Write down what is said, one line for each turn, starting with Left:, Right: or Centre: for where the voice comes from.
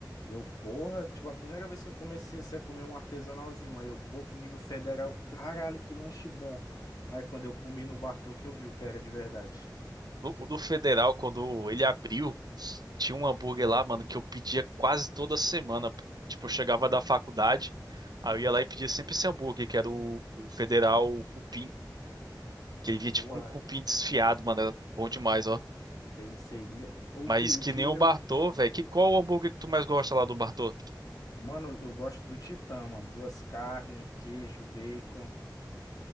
Left: Eu, porra, tipo, a primeira vez que eu comecei assim, a comer um artesanalzinho. Aí eu, pô, comi no Federal. Caralho, que lanche bom. Mas quando eu comi no Bartô que eu vi o que era de verdade.
Right: O o do Federal, quando ele abriu, tinha um hambúrguer lá, mano, que eu pedia quase toda semana. pô. Tipo, eu chegava da faculdade, aí eu ia lá e pedia sempre esse hambúrguer, que era o, o Federal Cupim. Que ele vinha tipo
Left: Porra,
Right: com um cupim desfiado, mano. Era bom demais, ó.
Left: sei, sei. Me- O
Right: Mas
Left: que, o
Right: que
Left: que.
Right: nem o Bartô, velho. Que qual o hambúrguer que tu mais gosta lá do Bartô?
Left: Mano, eu gosto do Titã, mano. Duas carnes, queijo, bacon.